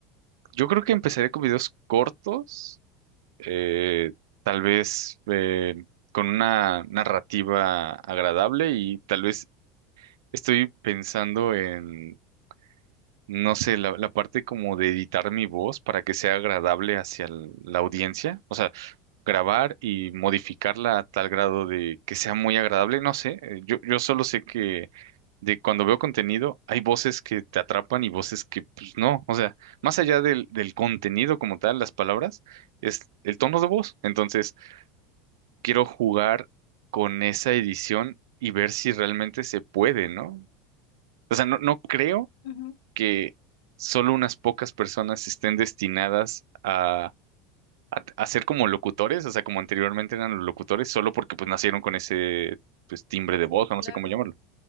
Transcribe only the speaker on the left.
Ujú.
Sí,
claro.